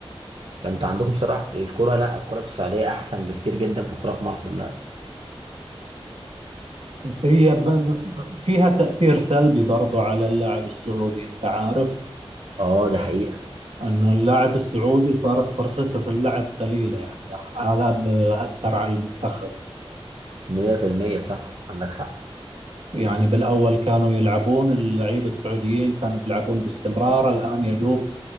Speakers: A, on the right; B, on the right.
A: فانتوا عندكم بصراحه الكوره لا الكوره في السعوديه احسن بكتير جدا في الكوره في مصر دلوقتي
B: بس هي ب- فيها تأثير سلبي برضو على اللاعب السعودي انت عارف
A: اه دي حقيقه
B: انه اللاعب السعودي صارت فرصته في اللعب قليلة يعني هذا بأثر على المنتخب
A: 100% صح عندك حق
B: يعني بالأول كانوا يلعبون اللعيبة السعوديين كانوا بيلعبون باستمرار الآن يدوب